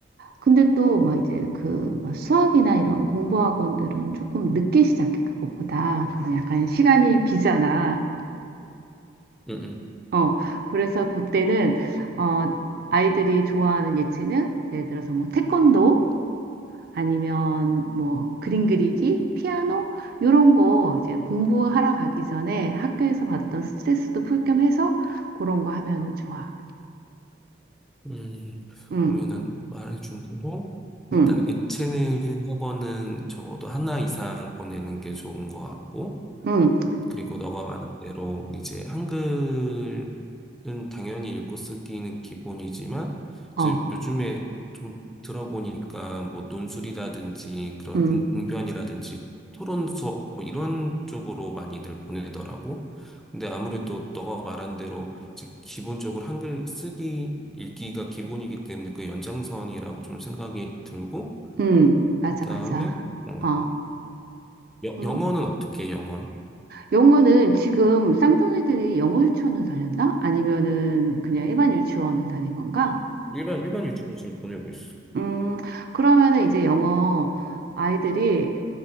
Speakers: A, on the right; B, in the centre.
A: 근데 또 막 이제 그막 수학이나 이런 공부 학원들은 조금 늦게 시작해, 그것보다. 그럼 약간 시간이 비잖아.
B: 음, 음.
A: 어, 그래서 그때는, 어, 아이들이 좋아하는 예체능, 예를 들어서 뭐 태권도, 아니면 뭐 그림 그리기, 피아노, 요런 거 이제 공부하러 가기 전에 학교에서 받았던 스트레스도 풀겸 해서 그런 거 하면은 좋아.
B: 음,
A: 응,
B: 그러면은 말해준 대로 일단
A: 응,
B: 예체능 학원은 적어도 하나 이상 보내는 게 좋은 것 같고.
A: 응,
B: 그리고 너가 말한 대로 이제 한글은 당연히 읽고 쓰기는 기본이지만
A: 어,
B: 이제 요즘에 좀 들어보니까 뭐 논술이라든지 그런
A: 응,
B: 융- 웅변이라든지 토론 수업 뭐 이런 쪽으로 많이들 보내더라고. 근데 아무래도 너가 말한 대로 이제 기본적으로 한글 쓰기 읽기가 기본이기 때문에 그 연장선이라고 좀 생각이 들고
A: 응, 맞아,
B: 그다음에
A: 맞아.
B: 어,
A: 어,
B: 여-
A: 음.
B: 영어는 어떻게 해, 영어?
A: 영어는 지금 쌍둥이들이 영어 유치원을 다녔나? 아니면은 그냥 일반 유치원을 다닌 건가?
B: 일반 일반 유치원 지금 보내고 있어.
A: 음, 그러면은 이제 영어 아이들이